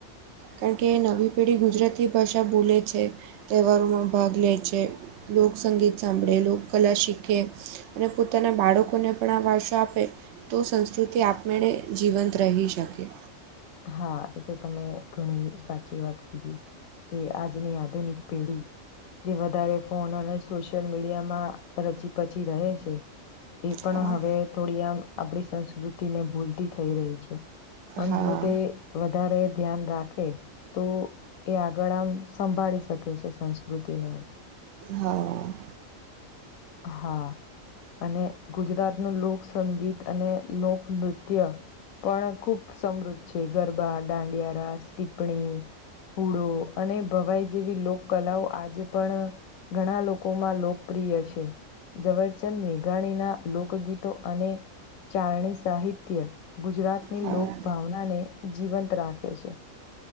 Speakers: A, on the right (about 65°); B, on the left (about 85°).
A: કારણ કે નવી પેઢી ગુજરાતી ભાષા બોલે છે. તહેવારોમાં ભાગ લે છે, લોકસંગીત સાંભળે લોકકલા શીખે અને પોતાના બાળકોને પણ આ વારસો આપે તો સંસ્કૃતિ આપણેણે જીવંત રહી શકી.
B: હા એ તો તમે ઘણી સાચી વાત કીધી એ આજની આધુનિક પેઢી જે વધારે ફોન અને સોશિયલ મીડિયામાં રચી પચી રહે છે, એ પણ
A: હા
B: હવે થોડી આમ આપણી સંસ્કૃતિને ભૂલતી થઈ રહી છે, પણ
A: હા
B: જો તે વધારે ધ્યાન રાખે તો એ આગળ આમ સંભાળી શકે છે, સંસ્કૃતિને એમ
A: હામ્મ
B: હા અને ગુજરાત ત ન લોકસંગીત અને લોકનૃત્ય પણ ખૂબ સમૃદ્ધ છે ગરબા દાંડિયારાસા ટીપ્પણી હુડો અને ભવાઈ જેવી લોક કલાઓ આજે પણ ઘણા લોકો લોકોમાં લોકપ્રિય છે. ઝવેરચંદ મેઘાણીના લોકગીતો અને ચારણી સાહિ સાહિત્ય ગુજરાતની
A: હા
B: લોકભાવનાને જીવંત રાખે છે.